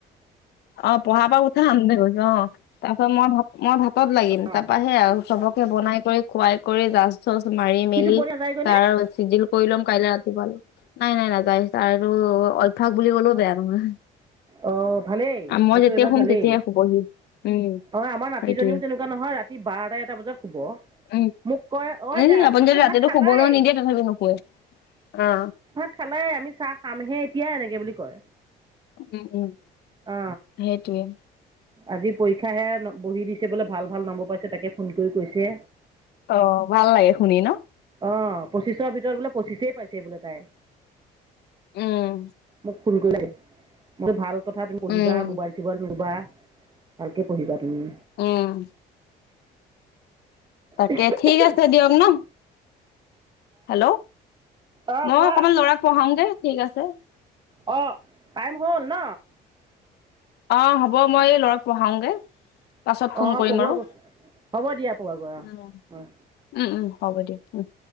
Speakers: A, on the left (about 75°); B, on the right (about 25°).
A: অ, পঢ়াৰ পৰা উঠা আন দে কৈছ অ, তাৰপা মই ভাত মই ভাতত লাগিম,
B: অ
A: তাৰপা সে আৰু চবকে বনাই কৰি খুৱাই কৰি জাচ, চচ মাৰি,
B: সি
A: মেলি
B: টোপনি নাযায়গৈ নে
A: তাৰ চিজিল কৰি লম কাইলে ৰাতিপুৱালে নাই নাই নাযায় তাৰতো অলভ্যাস বুলি ক'লো বেয়া নহয়।
B: অ ভালেই
A: আ- মই
B: সেইটো
A: যেতিয়া
B: এটা
A: শুম
B: ভালেই।
A: তেতিয়াই শুবহি উম
B: অ, আমাৰ নাতিজনীও
A: সেইটোয়ে
B: তেনেকুৱা নহয় ৰাতি বাৰটা, এটা বজাত শুব।
A: উম,
B: মোক কয় অ আইতা
A: এ আপুনি
B: তোমালোকে
A: যদি ৰাতিটো
B: ভাত খালাই
A: শুবলোঁ নিদিয়ে তথাপি নুশুৱে। অ
B: খালে আমি চাহ খামহে এতিয়াই এনেকে বুলি কয়।
A: উম উম।
B: অ।
A: সেইটোৱে।
B: আজি পৰীক্ষা হে বহি দিছে বোলে ভাল, ভাল নম্বৰ পাইছে তাকে ফোন কৰি কৈছে।
A: অ ভাল লাগে শুনি ন।
B: অ, পঁচিছৰ ভিতৰত বোলে পঁচিছেই পাইছে বোলে তাই।
A: উম
B: মোক ফোন কৰিলে, মোক ভাল কথা তুমি পঢ়িবা,
A: উম
B: মোবাইল চোবাইনলবা, ভালকে পঢ়িবা তুমি।
A: উম। তাকে
B: হা
A: ঠিক আছে দিয়ক ন। হেল্ল'
B: অঁ
A: মই
B: কোৱা
A: অকণমান ল'ৰাক পঢ়াউংগে ঠিক আছে।
B: অ, টাইম হ'ল ন?
A: অ, হ'ব মই এই ল'ৰাক পঢ়াওঙগে। পাছত ফোন
B: অঁ
A: কৰিম
B: পঢ়োৱা
A: আৰু
B: গৈ, হ'ব দিয়া পঢ়োৱাগৈ অঁ
A: উম
B: অঁ
A: উম হ'ব দিয়ক।